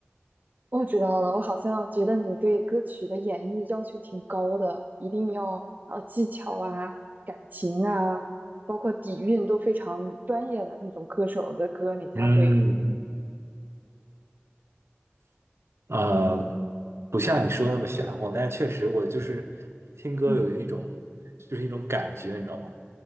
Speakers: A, on the right; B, on the right.
A: 我知道了，我好像觉得你对歌曲的演绎要求挺高的，一定要呃技巧啊、感情啊，包括底蕴都非常专业的那种歌手的歌，你才会比
B: 嗯，呃，不像你说的那么玄乎，但是确实我就是听歌有一种，
A: 嗯
B: 就是一种感觉，你知道吗？